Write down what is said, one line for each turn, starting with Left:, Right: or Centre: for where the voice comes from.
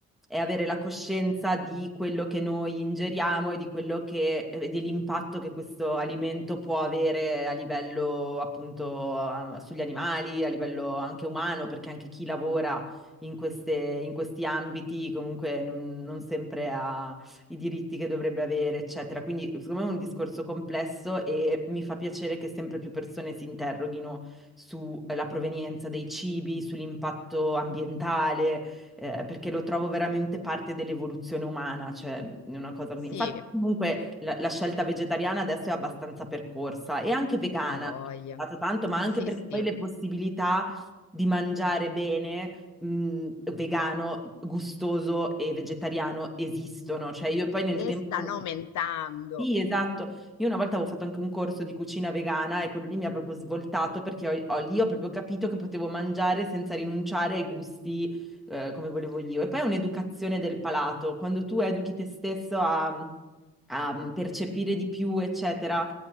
Centre: è avere la coscienza di quello che noi ingeriamo e di quello che, e dell'impatto che questo alimento può avere a livello appunto a- sugli animali, a livello anche umano, perché anche chi lavora in queste- in questi ambiti comunque non non sempre ha i diritti che dovrebbe avere, eccetera. Quindi, secondo me è un discorso complesso e mi fa piacere che sempre più persone si interroghino sulla provenienza dei cibi, sull'impatto ambientale, eh, perché lo trovo veramente parte dell'evoluzione umana, cioè è una cosa così.
Left: Sì,
Centre: Infatti, comunque, la, la scelta vegetariana adesso è abbastanza percorsa e anche vegana,
Left: a voglia.
Centre: è stato tanto, ma anche
Left: Sì,
Centre: perché
Left: sì.
Centre: poi le possibilità di mangiare bene mh, vegano, gustoso e vegetariano esistono. Cioè, io poi nel tempo.
Left: E stanno aumentando.
Centre: Sì, esatto. Io una volta avevo fatto anche un corso di cucina vegana e quello lì mi ha proprio svoltato perché ho- ho- lì ho proprio capito che potevo mangiare senza rinunciare ai gusti, eh, come volevo io. E poi è un'educazione del palato. Quando tu educhi te stesso a, a mm, percepire di più, eccetera,